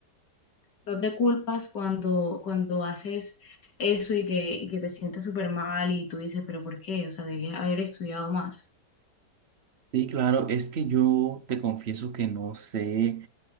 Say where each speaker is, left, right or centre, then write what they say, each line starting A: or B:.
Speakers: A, on the left; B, on the right.
A: no te culpas cuando, cuando haces eso y que, y que te sientes súper mal y tú dices, pero ¿por qué? O sea, debías haber estudiado más.
B: Sí, claro, es que yo te confieso que no sé